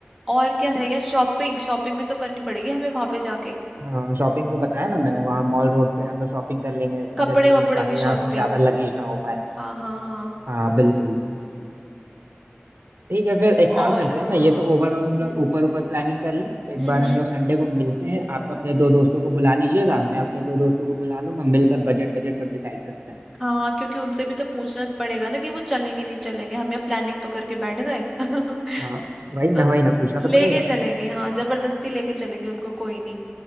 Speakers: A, in the centre; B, on the right (about 60°).
A: और क्या रह गया शॉपिंग शॉपिंग भी तो करनी पड़ेगी हमें वहां पे जाके
B: हाँ शॉपिंग तो बताया ना मैं वहाँ मॉल रोड पे हम लोग शॉपिंग कर लेंगे
A: कपड़े
B: जैसे कि
A: वपड़ों
B: ताकि
A: की शॉपिंग
B: यहाँ से ज्यादा लगेज ना हो पाए
A: हाँ हाँ हाँ
B: हाँ बिल्कुल ठीक है फिर एक काम
A: और
B: करते
A: अ,
B: हैं ना ये तो ओवरऑल हम लोग
A: हम्म
B: ऊपर ऊपर प्लानिंग कर लें एक
A: हम्म
B: बार
A: हम्म।
B: हम लोग संडे को मिलते हैं आप अपने दो दोस्तों को बुला लीजिएगा मैं अपने दो दोस्तों को बुला लूंगा मिलकर बजट बजट सब डिसाइड करते हैं
A: हाँ क्योंकि उनसे भी तो पूछना पड़ेगा ना कि वो चलेंगे नहीं चलेंगे हम यहाँ प्लानिंग तो करके बैठ गए <laughs>
B: हाँ वही ना
A: तो
B: वही ना पूछना
A: लेके
B: तो पड़ेगा
A: चलेंगे हाँ जबरदस्ती लेके चलेंगे उनको कोई नहीं